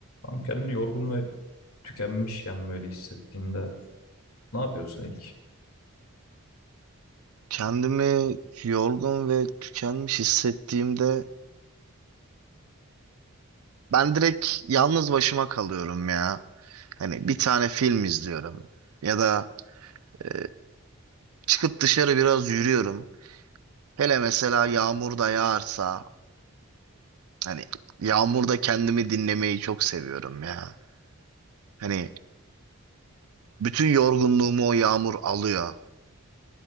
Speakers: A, on the left (about 75°); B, on the right (about 80°).
A: Tam kendini yorgun ve tükenmişken böyle hissettiğinde ne yapıyorsun ilk?
B: Kendimi yorgun ve tükenmiş hissettiğimde ben direkt yalnız başıma kalıyorum ya. Hani bir tane film izliyorum ya da e, çıkıp dışarı biraz yürüyorum. Hele mesela yağmur da yağarsa hani yağmurda kendimi dinlemeyi çok seviyorum ya. Hani bütün yorgunluğumu o yağmur alıyor.